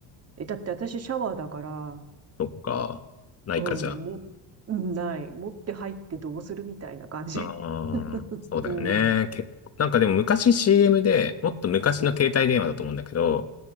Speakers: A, on the right (about 30°); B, on the left (about 30°).
A: えだって私シャワーだから、
B: そっか。ないかじゃ
A: うん、も、うんない。持って入ってどうするみたいな感じ。
B: あ。ああ、
A: <laughs>
B: そうだよね。
A: うん、
B: 結構、なんかでも昔 CM で、もっと昔の携帯電話だと思うんだけど、
A: うん、